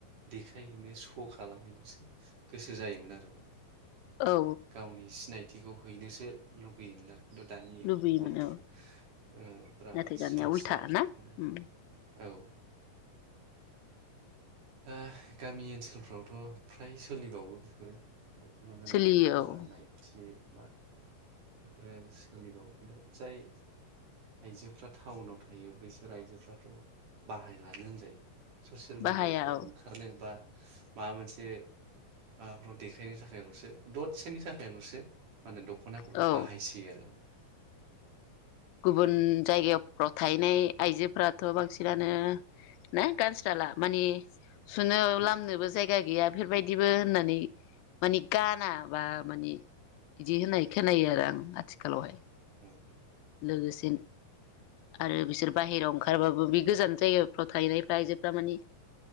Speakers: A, on the right; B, on the left.
A: देखायहैनो सह' खालामहैनोसो गोसो जायोमोन आरो माने
B: औ
A: गावनि सिनाय थिखौ हैनोसो लुगैयोमोन आरो खिन्थु दानि
B: लुबैयोमोन
A: बर' ओ
B: औ
A: बिराद
B: नाथाय दानिया
A: सेन्ज
B: उल्था
A: जाबाय
B: ना
A: आरो
B: उम
A: औ दा गामि ओनसोलफ्रावथ' फ्राय सोलिबावो बेफोरो दख'ना गाननाय
B: सोलियो औ
A: बा नायथि बा बेफोरो सोलिबावो खिन्थु जाय आइजोफ्रा टाउनाव थायो बैसोर आइजोफ्राथ' बाहायलानो होनजायो ससियेल
B: बाहाया
A: मिडियाफ्राव
B: औ
A: ओंखारनो बा माबा मोनसे माबाफ्राव देखायनो थाखायल'सो दसेनि थाखायल'सो माने दख'ना
B: औ
A: बाहायसै आरो माने
B: गुबुन जायगाफ्राव था नाय आइजोफोराथ' बांसिनानो ना गानस्राला माने सुनो
A: औ
B: लामनोबो जायगा गैया बेफोरबायदिबो होननानै मानि गाना माबा मानि इदि होनाय खोनायो आरो आं आथिखालावहाय
A: <inaudible>
B: लोगोसे आरो बिसोर बाहेरायाव ओंखारबाबो बे गोजान जायगाफ्राव थाहैनायफ्रा आइजोफ्रा मानि